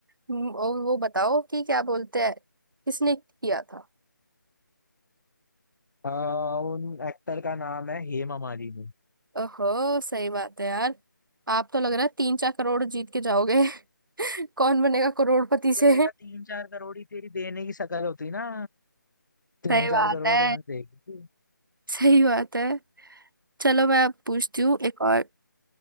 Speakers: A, on the right; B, on the left.
A: हम्म, और वो बताओ कि क्या बोलते हैं किसने किया था
B: आ, उन एक्टर का नाम है हेमा मालिनी
A: ओहो सही बात है यार आप तो लग रहा है तीन चार करोड़ जीत के जाओगे <laughs> कौन बनेगा करोड़पति से
B: तो बेटा तीन चार करोड़ ही तेरी देने की शकल होती ना तीन
A: सही
B: चार
A: बात
B: करोड़
A: है
B: में देगी
A: सही बात है चलो मैं अब पूछती हूँ एक और